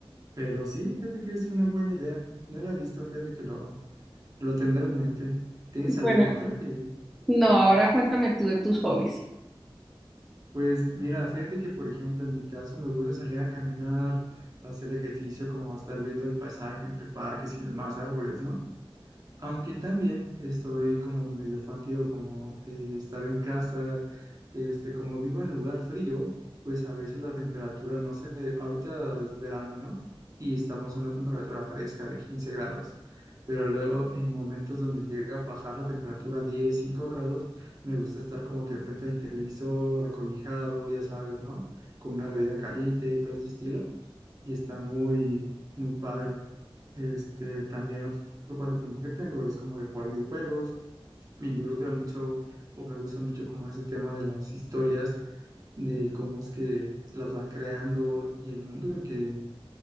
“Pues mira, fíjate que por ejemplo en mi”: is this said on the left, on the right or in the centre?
Right